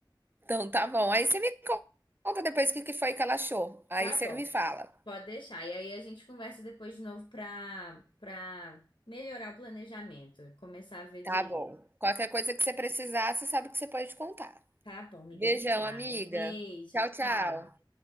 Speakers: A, on the right (about 25°); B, on the left (about 80°).
A: Então, tá bom. Aí você me conta depois o que que foi que ela achou. Aí
B: Tá
A: você
B: bom.
A: me fala.
B: Pode deixar. E aí a gente conversa depois de novo pra para melhorar o planejamento, começar a ver
A: Tá
B: direito.
A: bom. Qualquer coisa que você precisar, você sabe que você pode contar.
B: Tá bom, amiga,
A: Beijão,
B: obrigada.
A: amiga.
B: Beijo,
A: Tchau, tchau.
B: tchau.